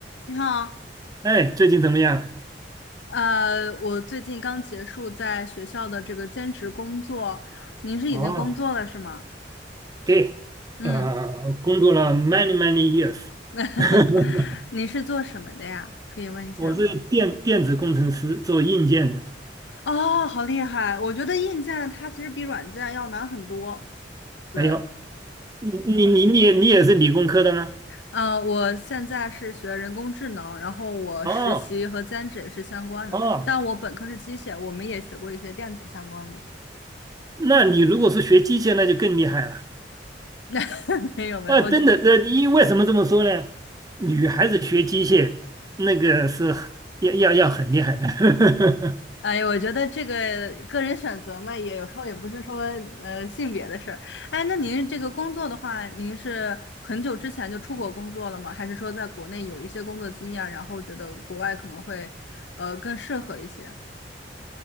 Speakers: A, on the left (about 80°); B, on the right (about 20°).
A: 你好，
B: 哎，最近怎么样？
A: 呃，我最近刚结束在学校的这个兼职工作，您是已经工作了是吗？
B: 哦，对，
A: 嗯，
B: 呃，工作了 many many years，
A: <laughs>
B: <laughs>
A: 您是做什么的呀？可以问一下吗？
B: 我是电电子工程师，做硬件的。
A: 哦，好厉害！我觉得硬件它其实比软件要难很多。对，
B: 哎呦，你你你你也你也是理工科的吗？
A: 呃，我现在是学人工智能，然后我实习和兼职也是相关的，
B: 哦哦，
A: 但我本科是机械，我们也学过一些电子相关的。
B: 那你如果是学机械，那就更厉害了。
A: <laughs> 没有没有，
B: 啊，真的，
A: 我就
B: 呃，因为什么这么说呢？女孩子学机械那个是很要要要很厉害的。
A: 哎，我觉得这个个人选择嘛，也有时候也不是说呃性别的事儿。哎，那您这个工作的话，您是很久之前就出国工作了吗？还是说在国内有一些工作经验，然后觉得国外可能会呃更适合一些？